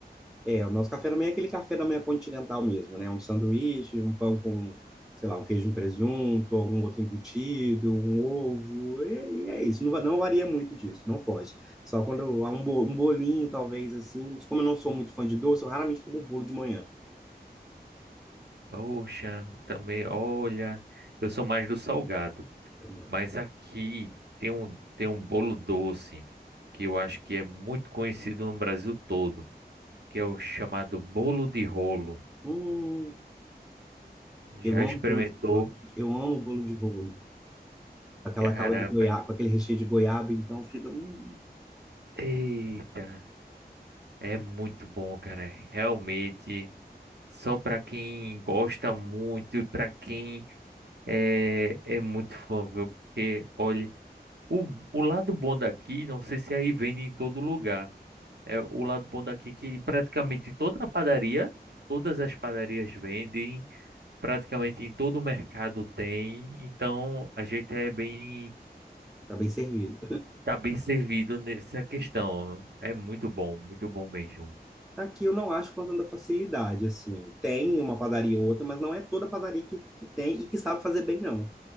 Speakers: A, in the centre; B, on the right (about 80°).
A: É, o nosso café da manhã é aquele café da manhã continental mesmo, né? Um sanduíche, um pão com, sei lá, um queijo e um presunto, algum outro embutido, um ovo, e, e é isso. Não, va- não varia muito disso, não foge. Só quando há um, bo- um bolinho, talvez, assim. Mas Como eu não sou muito fã de doce, eu raramente como bolo de manhã
B: Poxa, também, olha, eu sou mais do salgado,
A: também.
B: mas aqui tem um, tem um bolo doce que eu acho que é muito conhecido no Brasil todo, que é o chamado bolo de rolo.
A: Hum,
B: Já
A: eu amo
B: experimentou?
A: bolo de bolo. Eu amo bolo de bolo. com aquela
B: Caramba,
A: calda de goiaba,
B: é-
A: com aquele recheio de goiaba, então fica, hum,
B: eita, é muito bom, cara, realmente. Só para quem gosta muito e para quem é, é muito fã, viu? Porque, olha, o, o lado bom daqui, não sei se é aí vende em todo lugar. É o lado bom daqui que praticamente toda a padaria, todas as padarias vendem, praticamente em todo o mercado tem. Então a gente é bem,
A: tá bem servido.
B: tá bem servido nessa questão. É muito bom, muito bom mesmo.
A: Aqui eu não acho com tanta facilidade, assim. Tem uma padaria ou outra, mas não é toda padaria que, que tem e que sabe fazer bem, não.